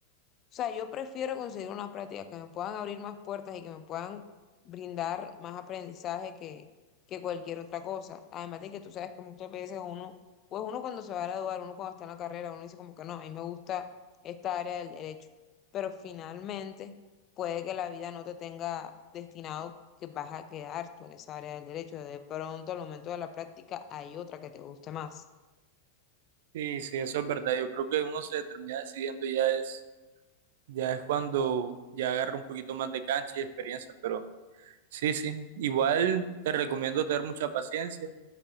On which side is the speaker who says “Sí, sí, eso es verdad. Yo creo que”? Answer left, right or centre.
Right